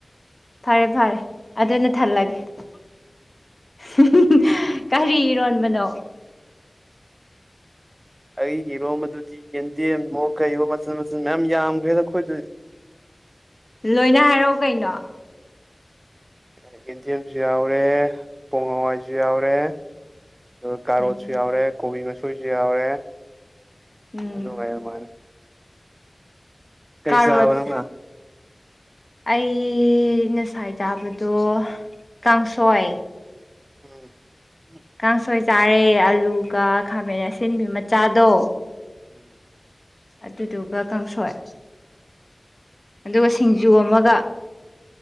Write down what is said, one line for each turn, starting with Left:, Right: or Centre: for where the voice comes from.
Left: ꯐꯔꯦ ꯐꯔꯦ ꯑꯗꯨꯅ ꯊꯜꯂꯒꯦ
Right: ꯎꯝ
Left: ꯍꯤ ꯍꯤ ꯍꯤ ꯀꯔꯤ ꯏꯔꯣꯟꯕꯅꯣ
Right: ꯑꯩꯒꯤ ꯏꯔꯣꯝꯕꯗꯨꯗꯤ ꯌꯦꯟꯗꯦꯝꯃꯣ ꯀꯩꯌꯣ ꯃꯆꯜ ꯃꯆꯜ ꯃꯌꯥꯝ ꯌꯥꯝꯈ꯭ꯔꯦꯗ ꯑꯩꯈꯣꯏꯗꯨꯗꯤ
Left: ꯂꯣꯏꯅ ꯍꯥꯏꯔꯛꯑꯣ ꯀꯩꯅꯣ꯫
Right: ꯑꯩꯀꯦꯟꯊꯦꯝꯁꯨ ꯌꯥꯎꯔꯦ ꯕꯣꯡ ꯍꯋꯥꯏꯁꯨ ꯌꯥꯎꯔꯦ꯫ ꯑꯗꯨꯒ ꯀꯥꯔꯣꯠꯁꯨ
Left: ꯎꯝ
Right: ꯌꯥꯎꯔꯦ ꯀꯣꯕꯤ ꯃꯆꯣꯏꯁꯨ ꯌꯥꯎꯔꯦ
Left: ꯎꯝ
Right: ꯑꯗꯨ ꯉꯩ ꯃꯥꯜꯂꯦ꯫
Left: ꯀꯥꯔꫭꯠ꯫
Right: ꯆꯥꯕ ꯅꯪꯅ
Left: ꯑꯩ ꯉꯁꯥꯏ ꯆꯥꯕꯗꯣ ꯀꯥꯡꯁꯣꯏ꯫
Right: ꯎꯝ ꯎꯝ
Left: ꯀꯥꯡꯁꯣꯏ ꯆꯥꯔꯦ ꯑꯂꯨꯒ ꯈꯥꯃꯦꯟ ꯑꯁꯤꯟꯕꯤ ꯃꯆꯥꯗꯣ꯫
Right: ꯎꯝ
Left: ꯑꯗꯨꯗꯨꯒ ꯀꯥꯡꯁꯣꯏ꯫ ꯑꯗꯨꯒ ꯁꯤꯡꯖꯨ ꯑꯃꯒ꯫